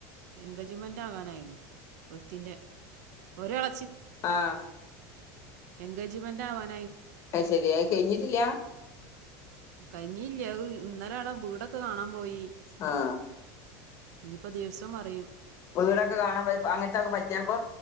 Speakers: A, on the right; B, on the left.
A: എൻഗേജ്മെന്റ് ആകാനായിണ് ഒരിത്തിന്റെ. ഒരാള
B: ആഹ
A: എൻഗെജമെൻ്റ് ആവാൻ
B: അ ശെരി ആ കഴിഞ്ഞിട്ടില്ല?
A: കഴിഞ്ഞില്ല ഹ് ഇന്നല അട വീടൊക്കെ കാണാൻ പോയി.
B: ആഹ.
A: ഇനിയിപ്പോ ദിവസം പറയും.
B: വീടൊക്കെ കാണാൻ പോയി പാ അങ്ങനത്തെൊക്കെ പറ്റിയപ്പോ.